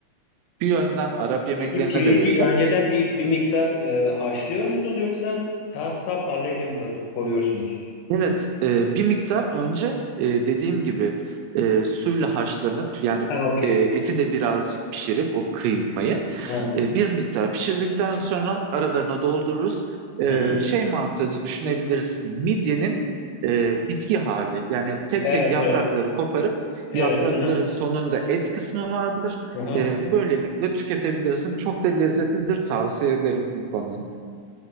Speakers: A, on the right; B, on the left.
A: bir yönden Arap yemeklerine
B: Peki pirinci
A: de benzer.
B: önceden bir bir miktar e, haşlıyor musunuz yoksa daha saf haldeyken mi kat- koyuyorsunuz?
A: Evet, e, bir miktar önce e, dediğim gibi e, suyla haşlanıp yani
B: Ha okey.
A: e, eti de birazcık pişirip o kıymayı
B: Ha.
A: e, bir miktar pişirdikten sonra aralarına doldururuz. E,
B: Hı-hı.
A: şey mantığı düşünebiliriz. Midyenin e, bitki hali yani tek
B: Evet
A: tek yaprakları
B: evet.
A: koparıp
B: Evet.
A: yaprakların
B: Hı-hı.
A: sonunda et kısmı vardır.
B: Hı-hı.
A: E, böylelikle tüketebilirsin. Çok da lezzetlidir. Tavsiye ederim bu konunun.